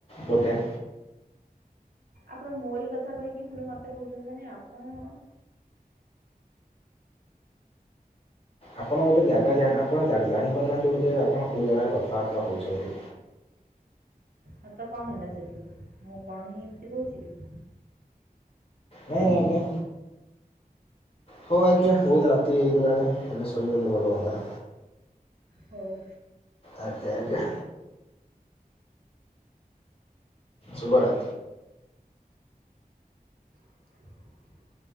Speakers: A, on the left (about 40°); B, on the right (about 70°).
A: ବୋଧେ।
B: ଆପଣ ମୋରି କଥା କହିକି ପୁଣି ମତେ କହୁଚନ୍ତି, ମାନେ ଆପଣ ଅ
A: ଆପଣ ଗୋଟେ ଜାଗା <unintelligible> ଆପଣ ଜାଣିପାରୁନାହାନ୍ତି ବୋଧେ ଆପଣ କୋଉ ଜାଗାରେ କଥାବାର୍ତ୍ତା ହଉଚନ୍ତି?
B: ହଁ ତ କଣ ହେଲା ସେଠୁ? ମୁଁ କଣ ହିଁ ଏମିତି କହୁଚି କି?
A: ହଁ ଆଜ୍ଞା। ହଉ ଆଜ୍ଞା, ବହୁତ ରାତି ହେଇଗଲାଣି, ଏବେ ଶୋଇଗଲେ ଭଲ ହଅନ୍ତା।
B: ହଉ।
A: ଆଜ୍ଞା, ଆଜ୍ଞା। ଶୁବିଳା।
B: <unintelligible>